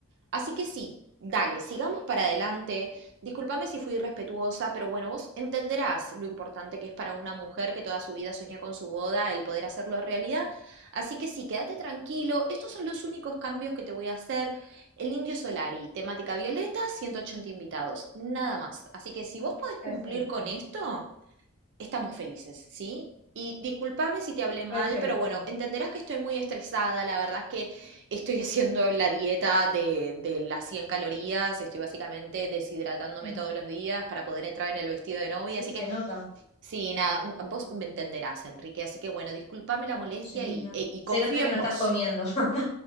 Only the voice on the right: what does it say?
Así que sí, dale, sigamos para adelante. Discúlpame si fui irrespetuosa, pero bueno, vos entenderás lo importante que es para una mujer que toda su vida soñó con su boda el poder hacerlo realidad. Así que sí, quédate tranquilo. Estos son los únicos cambios que te voy a hacer. El Indio Solari, temática violeta, 180 invitados, nada más. Así que si vos podés cumplir
con esto, estamos felices, ¿sí? Y discúlpame si te hablé mal,
pero bueno, entenderás que estoy muy estresada. La verdad es que estoy <laughs> haciendo la dieta de, de las 100 calorías. Estoy básicamente deshidratándome
todos los días para poder entrar en el vestido de novia.
Así
que
Sí, nada, vos me entenderás, Enrique, así que bueno, discúlpame la molestia
y,
e- y confío
en
vos.